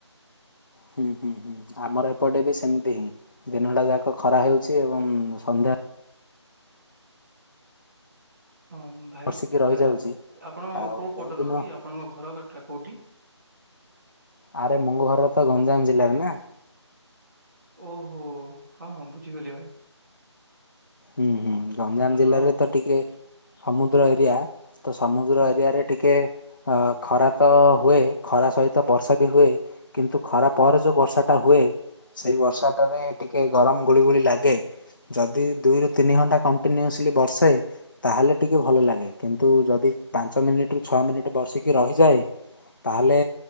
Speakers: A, on the left (about 45°); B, on the right (about 40°).
A: ହୁଁ ହୁଁ ହୁଁ ଆମର ଏପଟେ ବି ସେମିତି ହିଁ ଦିନଟା ଯାକ ଖରା ହେଉଛି ଏବଂ ସନ୍ଧ୍ୟା
B: ହଁ ଭାଇ
A: ବର୍ଷିକି ରହିଯାଉଛି।
B: ଏ ଆପଣ
A: ଆଉ
B: କୋଉ
A: ଯୋଉ
B: ପଟରୁ
A: ଦିନ
B: କି ଆପଣଙ୍କ ଘର ଗାଟା କୋଉଠି?
A: ଆରେ ମୋ ଘରତ ଗଞ୍ଜାମ ଜିଲ୍ଲାରେ ନା।
B: ଓହୋ ହଁ ହଁ ବୁଝିଗଲି ଭାଇ।
A: ହୁଁ ହୁଁ ଗଞ୍ଜାମ
B: ଭଲ
A: ଜିଲ୍ଲାରେ
B: ଆଉ
A: ତ ଟିକେ ସମୁଦ୍ର ଏରିଆ ତ ସମୁଦ୍ର
B: ହଁ
A: ଏରିଆରେ ଟିକେ ଅ ଖରା ତ ହୁଏ ଖରା ସହିତ ବର୍ଷା ବି ହୁଏ। କିନ୍ତୁ ଖରା ପରେ ଯଉ ବର୍ଷା ଟା ହୁଏ। ସେଇ ବର୍ଷାଟାରେ ଟିକେ ଗରମ ଗୁଳି ଗୁଳି ଲାଗେ ଯଦି ଦୁଇରୁ ତିନି ଘଣ୍ଟା କଣ୍ଟିନ୍ୟୁସଲି ବର୍ଷେ ତାହେଲେ ଟିକେ ଭଲ ଲାଗେ କିନ୍ତୁ ଯଦି ପାଞ୍ଚ ମିନିଟ ରୁ ଛଅ ମିନିଟ୍ ବର୍ସିକି ରହିଯାଏ ତାହେଲେ